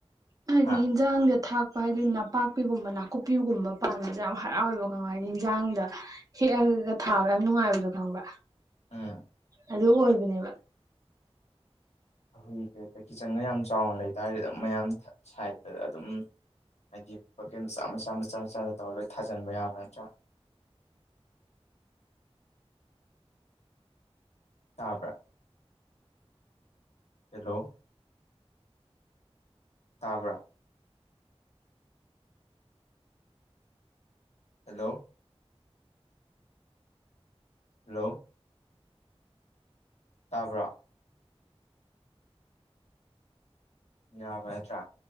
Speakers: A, on the right (about 35°); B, on the left (about 90°).
A: ꯍꯥꯏꯗꯤ
B: ꯍꯥ
A: ꯍꯤꯟꯖꯥꯡꯗ ꯊꯥꯛ ꯍꯥꯏꯗꯤ ꯅꯄꯥꯛꯄꯤꯒꯨꯝꯕ ꯅꯥꯀꯨꯞꯄꯤꯒꯨꯝꯕ ꯄꯥꯟꯕꯖꯦ ꯌꯥꯝ ꯍꯔꯥꯎꯋꯦꯕ ꯈꯪꯉꯕ ꯍꯥꯏꯗꯤ ꯏꯟꯖꯥꯡꯗ ꯍꯦꯛꯑꯒꯒ ꯊꯥꯕ ꯌꯥꯝ ꯅꯨꯡꯉꯥꯏꯕꯗꯣ ꯈꯪꯕ꯭ꯔ
B: ꯎꯝ
A: ꯑꯗꯨ ꯑꯣꯏꯕꯅꯦꯕ
B: <unintelligible> ꯀꯤꯠꯆꯟꯒ ꯌꯥꯝ ꯆꯥꯎꯅ ꯂꯩꯇꯥꯥꯔꯗꯤ ꯑꯗꯨꯝ ꯃꯌꯥꯝ ꯁꯥꯏꯠꯇ ꯑꯗꯨꯝ ꯍꯥꯏꯗꯤ ꯕꯀꯦꯠ ꯃꯆꯥ ꯃꯆꯥ ꯃꯆꯥ ꯃꯆꯥꯗ ꯇꯧꯔꯒ ꯂꯣꯏ ꯊꯥꯖꯟꯕ ꯌꯥꯕ ꯅꯠꯇ꯭ꯔꯥ ꯇꯥꯕ꯭ꯔꯥ ꯍꯦꯂꯣ ꯇꯥꯕ꯭ꯔꯥ ꯍꯜꯂꯣ ꯍꯜꯂꯣ ꯇꯥꯕ꯭ꯔꯥ ꯌꯥꯕ ꯅꯇꯔꯥ